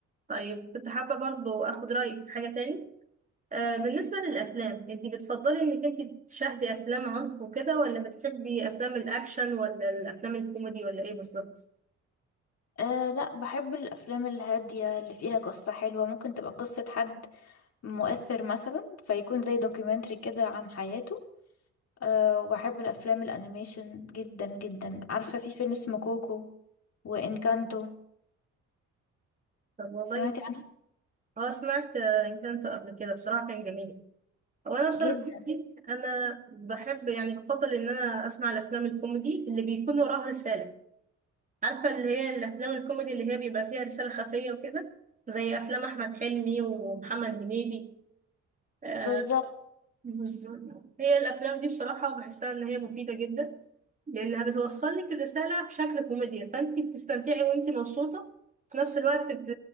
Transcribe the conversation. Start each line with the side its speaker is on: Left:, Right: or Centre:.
Right: طيب كنت حابة برضو أخد رأيك في حاجة تاني آه بالنسبة للأفلام أنت بتفضلي إنك أنت تشاهدي أفلام عنف وكده ولا بتحبي أفلام الأكشن ولا الأفلام الكوميدي ولا إيه بالظبط؟
Left: آه لا بحب الافلام الهاديه اللي فيها قصه حلوه ممكن تبقى قصه حد مؤثر مثلا فيكون زي دوكيومنتري كده عن حياته أه وبحب الأفلام الأنيميشن جدا جدا عارفة في فيلم اسمه كوكو وإنكانتو
Right: طب والله
Left: سمعتي عنه
Right: أه سمعت آه، إن كنت قبل كده بصراحة كان جميل هو أنا بصراحة
Left: جدا
Right: أنا بحب يعني بفضل إن أنا أسمع الأفلام الكوميدي اللي بيكون وراها رسالة عارفة اللي هي الأفلام الكوميدي اللي هي بيبقى فيها رسالة خفية وكده زي أفلام أحمد حلمي ومحمد هنيدي آه،
Left: بالظبط
Right: بالظبط هي الافلام دي بصراحه بحسها ان هي مفيده جدا لانها بتوصل لك الرساله في شكل كوميديا فانت بتستمتعي وانت مبسوطه في نفس الوقت بت...